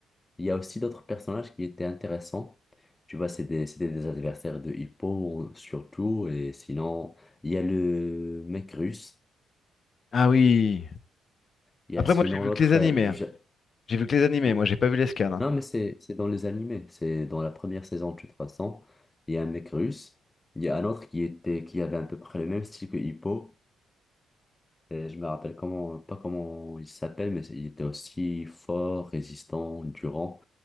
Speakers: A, on the left; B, on the left.
A: il y a aussi d'autres personnages qui étaient intéressants. Tu vois, c'était, c'était des adversaires de Hippo, surtout. Et sinon, il y a le mec russe.
B: Ah oui.
A: Il y
B: Après,
A: a sinon
B: moi, j'ai vu
A: l'autre
B: que les animés.
A: euh, du...
B: hein.
A: Ja-
B: J'ai vu que les animés.
A: oh.
B: Moi, j'ai pas vu les scans. hein.
A: Non, mais c'est, c'est dans les animés. C'est dans la première saison, de toute façon. Il y a un mec russe. Il y a un autre qui était, qui avait à peu près le même style que Hippo. Et je me rappelle comment, pas comment il s'appelle, mais il était aussi fort, résistant, durant.